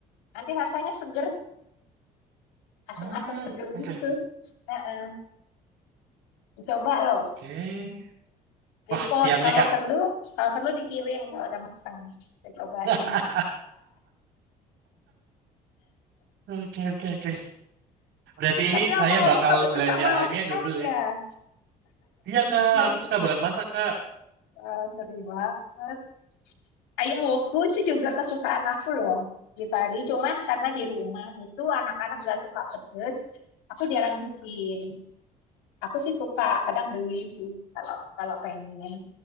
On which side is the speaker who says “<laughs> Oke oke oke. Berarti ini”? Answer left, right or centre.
Right